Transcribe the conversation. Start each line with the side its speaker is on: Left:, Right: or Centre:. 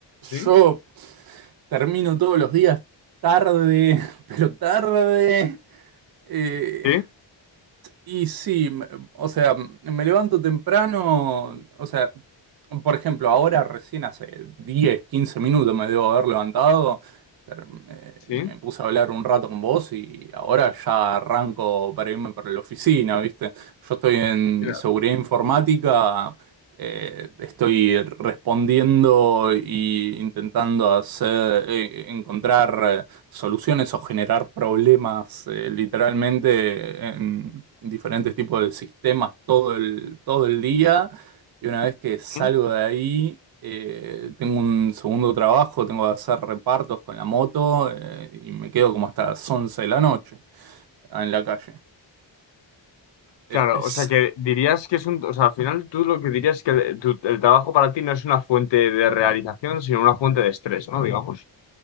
Left: sí,
Right: yo, Termino todos los días tarde, <laughs> pero tarde. Eh,
Left: sí,
Right: Y sí, me- o sea, me levanto temprano, o sea, por ejemplo, ahora recién hace 10 15 minutos me debo haber levantado, ter- eh,
Left: sí.
Right: me puse a hablar un rato con vos y ahora ya arranco para irme para la oficina, ¿viste? Yo estoy en
Left: Claro,
Right: seguridad informática, eh, estoy respondiendo e intentando hacer, eh, encontrar eh, soluciones o generar problemas eh, literalmente en diferentes tipos de sistemas todo el, todo el día. Y una vez que salgo
Left: ¿Mm?
Right: de ahí, eh, tengo un segundo trabajo, tengo que hacer repartos con la moto eh, y me quedo como hasta las 11 de la noche en la calle. Eh,
Left: Claro,
Right: Es,
Left: o sea que dirías que es un, o sea, al final tú lo que dirías es que el, tu- el trabajo para ti no es una fuente de realización, sino una fuente de estrés, ¿no? Digamos.